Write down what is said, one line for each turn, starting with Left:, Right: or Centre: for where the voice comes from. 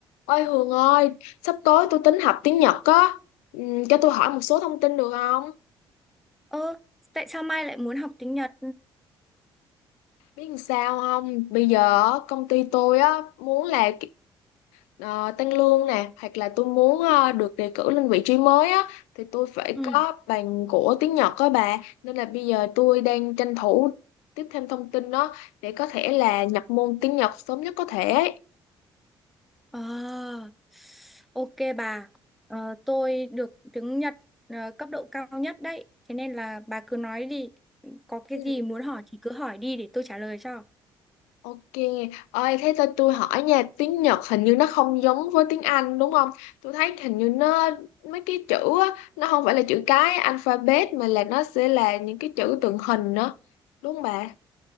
Left: Ôi Hường ơi, sắp tới tôi tính học tiếng Nhật á, Ừm, cho tôi hỏi một số thông tin được không?
Centre: Ơ, tại sao Mai lại muốn học tiếng Nhật?
Left: Biết làm sao không? Bây giờ á, công ty tôi á muốn là ờ, tăng lương nè, hoặc là tôi muốn ờ, được đề cử lên vị trí mới á, thì tôi phải
Centre: Ừ.
Left: có bằng của tiếng Nhật á bà, nên là bây giờ tôi đang tranh thủ tiếp thêm thông tin đó để có thể là nhập môn tiếng Nhật sớm nhất có thể.
Centre: Ờ, ok bà. Ờ, tôi được tiếng Nhật ờ, cấp độ cao nhất đấy. Thế nên là bà cứ nói đi. Có cái
Left: Ừ.
Centre: gì muốn hỏi thì cứ hỏi đi để tôi trả lời cho.
Left: Ok, ơi thế cho tôi hỏi nha, tiếng Nhật hình như nó không giống với tiếng Anh đúng không? Tôi thấy hình như nó mấy cái chữ á, nó không phải là chữ cái alphabet mà là nó sẽ là những cái chữ tượng hình đó, đúng không bà?